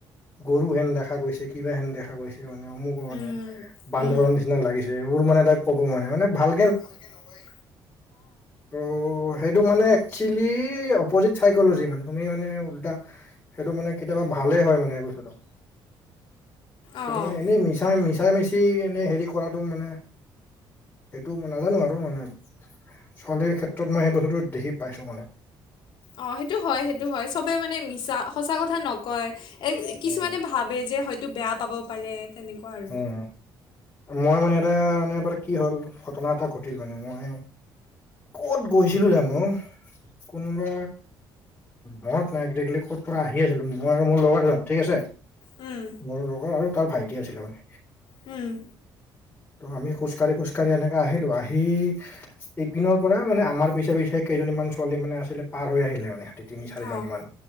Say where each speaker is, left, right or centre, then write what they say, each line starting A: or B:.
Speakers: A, on the left; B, on the left.
A: গৰু হেন দেখা গৈছে কিবা হেন দেখা গৈছে। মানে অমুক মানে,
B: উম,
A: বান্দৰ
B: উম,
A: নিচিনা লাগিছে এইবোৰ মানে তাইপ ক'ব মানে মানে ভাল
B: ভালকে নকয়।
A: ত' সেইটো মানে একচুৱেলি অপজিত চাইকলজি মানে, তুমি মানে উল্টা সেইটো মানে কেতিয়াবা ভালে হয় মানে এই বস্তুটো। কিন্তু
B: অঁ,
A: মানে, এনেই মিছাই মিছা মিচা মিচি এনেই হেৰি কৰাটো মানে সেইটো নাজানো আৰু মানে ছোৱালীৰ ক্ষেত্ৰত মই সেই বস্তুটো দেখি পাইছো মানে।
B: অ' সেইটো হয় সেইটো হয় চবে মানে মিছা সঁচা কথা নকয় কিছুমানে
A: উম
B: ভাবে যে, হয়তো বেয়া পাব পাৰে। তেনেকুৱা আৰু।
A: উম। মই মানে, এটা মানে এবাৰ কি হ'ল ঘটনা এটা ঘটিল মানে মই কত, গৈছিলো জানো। কোনোবা মনত নাই এক ক'ত পৰা আহি আছিলো মই আৰু মোৰ লগৰজন ঠিক আছে।
B: উম।
A: মোৰ লগৰ, আৰু তাৰ ভাইটি আছিলে মানে
B: উম,
A: ত' আমি খোজ কাঢ়ি এনেকে আহিলো আহিখোকাঢ়ি সেই ইপিনৰ পৰা মানে, আমাৰ পিছে পিছে কেইজনীমান ছোৱালী মানে আছিলে পাৰ হৈ আহিলে মানে। তিনি চাৰিজন
B: অঁ,
A: মান,